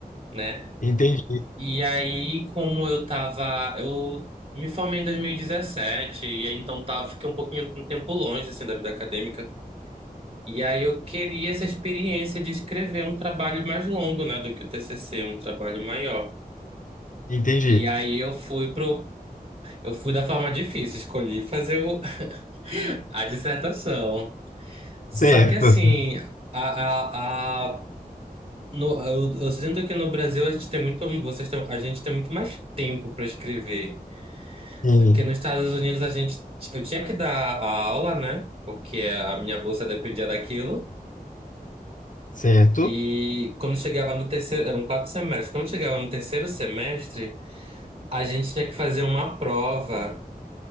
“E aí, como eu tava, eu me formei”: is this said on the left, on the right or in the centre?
Right